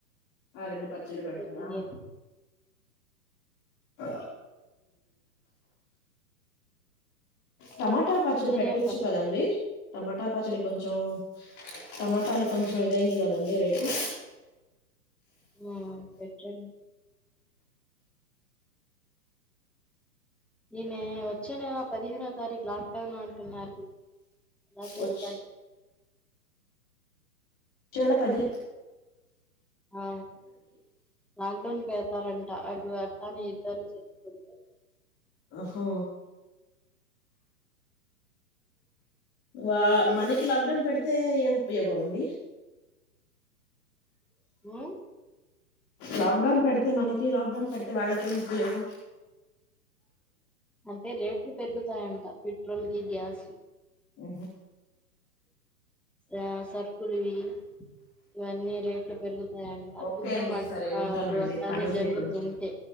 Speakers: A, on the left; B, in the centre.
A: ఆ రెండు పచ్చళ్ళు పెడతారా
B: తినేవి
A: అ టమాటా పచ్చడి
B: మీరేం
A: పెట్టొచ్చు
B: పడతారు
A: కదండి టమాటా పచ్చడి కొంచెం టమాటాలు కొంచెం ఇదైంది కదండి రేటు
B: ఆ పెటన్నా ఈయన వచ్చే నెల పదిహేనో తారీఖు లాక్డౌన్ అంటున్నారు అ చేస్త
A: వచ్చి చాల పది
B: ఆ లాక్డౌన్ చేతారంట అటు అర్థాన్ని యుద్ధాలు చెప్పుకుంటే.
A: హో వా మనకి లాక్డౌన్ పెడితే ఏం ఉపయోగం అండి.
B: ఉ
A: లాక్డౌన్ పెడితే మనకి లాక్డౌన్ పెడితే వాళ్ళకేం ఉపయోగం
B: అంటే రేట్లు పెరుగుతాయంట పెట్రోల్ కి గ్యాస్
A: ఉ
B: ఆ సరుకులువి ఇవన్నీ రేట్లు పెరుగుతాయన్న
A: ఓకే
B: యుద్ధం
A: అండి
B: అ
A: సరే ఉంటానండి
B: అటు అట్టానే
A: పని ఉంది
B: జరుగుతుంటే
A: కొంచెం